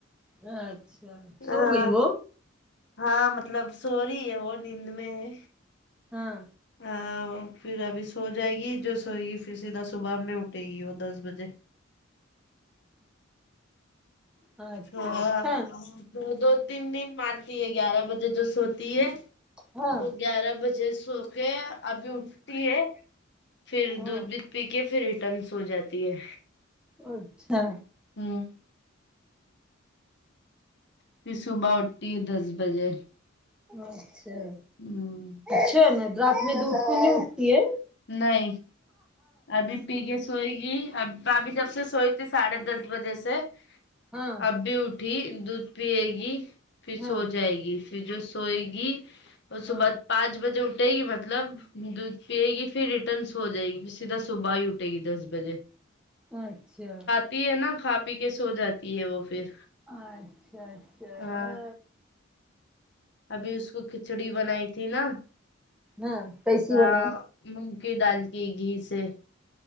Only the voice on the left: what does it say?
ہاں
ہاں مطلب سو رہی ہے وہ نیند میں ہے
ہاں تو پھر ابھی سو جائے گی جو سوئے گی پھر سیدھا صبح میں اٹھے گی وہ دس بجے
ہوا
نا دو دو تین دن مارتی ہے گیارہ بجے جو سوتی ہے
وہ گیارہ بجے سوکے ابھی اٹھی ہے پھر
دودھ بھی پی کے پھر ریٹرن سو جاتی ہے
ھمم پھر صبح اٹھتی ہے دس بجے
ھمم
نہیں ابھی پی کے سوئے گی اب ابھی جب سے سوئی تھی ساڑھے دس بجے سے
اببھی اٹھی دودھ پیئے گی پھر
سو جائے گی پھر جو سوئے گی وہ
صبح پانچ بجے اٹھے گی مطلب دودھ پیئے گی پھر ریٹرن سو جائے گی سدھا صبح ہی اٹے گی دس بجے
تی ہے نا کھا پی کے سو جاتی ہے وہ پھر
ہاں
ابھی اس کو کھچڑی بنائی تھی نا
ہاں
مونگ کی دال کی گھی سے